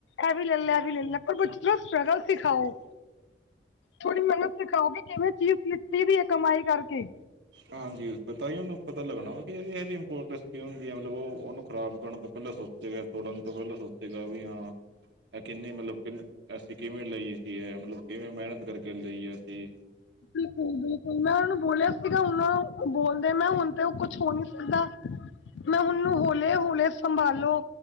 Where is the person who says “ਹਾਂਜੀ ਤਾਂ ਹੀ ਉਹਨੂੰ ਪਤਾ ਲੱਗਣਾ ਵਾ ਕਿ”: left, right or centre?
Right